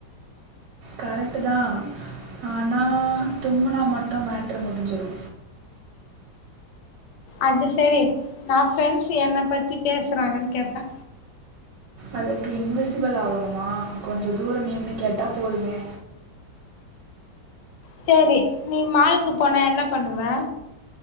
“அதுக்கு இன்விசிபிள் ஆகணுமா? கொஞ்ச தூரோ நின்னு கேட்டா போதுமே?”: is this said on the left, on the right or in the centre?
Right